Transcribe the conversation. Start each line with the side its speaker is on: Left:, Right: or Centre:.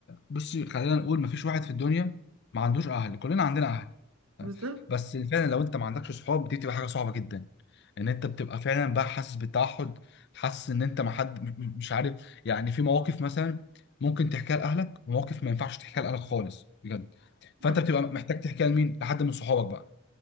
Left: بص خلينا نقول مفيش واحد في الدنيا ما عندوش اهل كلنا عندنا اهل تمام؟
Right: <laughs> بالظبط
Left: بس فعلا لو انت ما عندكش صحاب دي بتبقى حاجه صعبه جدا ان انت بتبقى فعلا بقى حاسس بالتوحد حاسس ان انت ما حد م- م- مش عارف يعني في مواقف مثلا ممكن تحكيها لاهلك ومواقف ما ينفعش تحكيها لاهلك خالص بجد فانت
Right: آه.
Left: بتبقى محتاج تحكيها لمين لحد من صحابك بقى